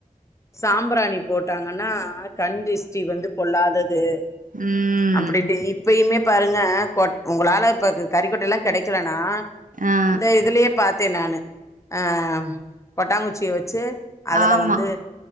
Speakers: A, on the left (about 20°); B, on the right (about 75°).
A: சாம்புராணி போட்டாங்கனா ஆக கண் திஸ்ட்டி வந்து பொள்ளாதது
B: ம்
A: அப்டின்ட்டு இப்பயுமே பாருங்க கொட் உங்குளால இப்பக்கு கறிக்கொட்டலா கெடைக்கலனா
B: ஆ
A: அந்த இதுலியே பாத்தே நானு ஆ கொட்டாங்குச்சிய வச்சு அதுல
B: ஆமா
A: வந்து